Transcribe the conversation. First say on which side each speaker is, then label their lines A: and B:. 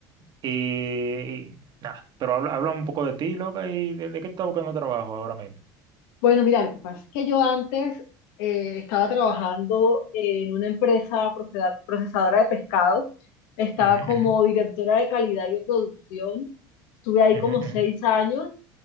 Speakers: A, on the right (about 45°); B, on the left (about 80°).
A: Eh, nada, pero habla, habla un poco de ti, loca, y de, de qué estás buscando trabajo ahora mismo.
B: Bueno, mira, lo que pasa es que yo antes eh, estaba trabajando en una empresa proceda- procesadora de pescado, estaba
A: Ujú,
B: como directora de calidad y de producción, estuve ahí
A: ujú,
B: como
A: ujú,
B: seis
A: ujú.
B: años